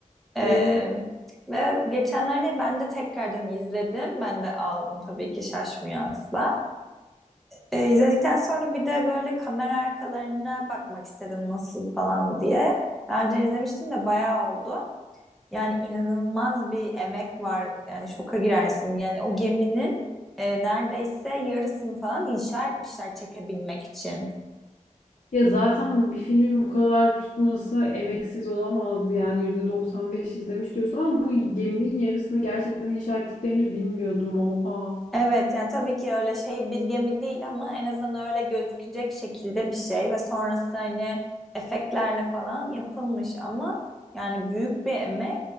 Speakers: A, in the centre; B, on the left (about 65°).
A: Ee,
B: Evet.
A: ve geçenlerde ben de tekrardan izledim. Ben de ağladım tabii ki şaşmıyor asla. Ee, izledikten sonra bir de böyle kamera arkalarına bakmak istedim nasıl falan diye. Daha önce izlemiştim de bayağı oldu. Yani inanılmaz bir emek var. Yani şoka girersin. Yani o geminin e, neredeyse yarısını falan inşa etmişler çekebilmek için.
B: Ya zaten bir filmin bu kadar tutması emeksiz olamazdı. Yani %95 izlemiş diyorsun ama bu geminin yarısını gerçekten inşa ettiklerini bilmiyordum. Oha.
A: Evet yani tabii ki öyle şey bir gemi değil ama en azından öyle gözükecek şekilde bir şey ve sonrası hani efektlerle falan yapılmış ama yani büyük bir emek